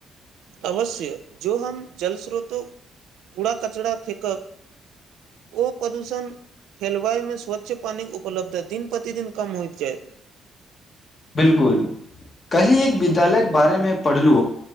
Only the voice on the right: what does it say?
अवश्य जो हम जलस्रोतो कूड़ा कचरा फेकब ओ प्रदूषण हेलवाइ में स्वच्छ पानिक उपलब्धता दिन प्रतिदिन कम होइत जायत